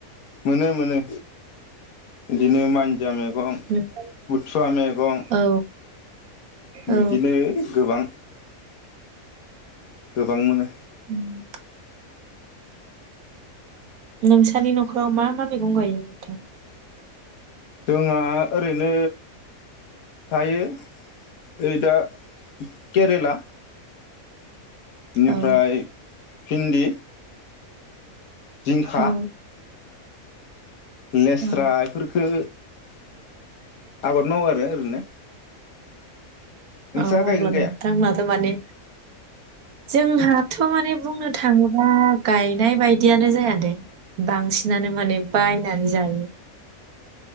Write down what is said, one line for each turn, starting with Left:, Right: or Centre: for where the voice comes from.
Left: मोनो मोनो बिदिनो मान दुनदिया मैगं
Right: नोंथां?
Left: बुथुवा मैगं
Right: औ औ
Left: बिदिनो गोबां गोबां मोनो
Right: उम। नोंसानि न'खराव मा मा मैगं गायो नोंथां
Left: जोंहा ओरैनो थायो नै दा केरेला बेनिफ्राय
Right: औ
Left: फिन्दि जिंखा
Right: औ
Left: लेस्रा
Right: औ
Left: इफोरखो आबाद मावो आरो ओरैनो नोंस्रा
Right: औ
Left: गायगोन
Right: अब्ला नोंथांमोनाथ'
Left: गाया
Right: माने जोंहाथ' माने बुंनो थाङोबा गायनाय बायदियानो जायादे बांसिनानो माने बायनानै जायो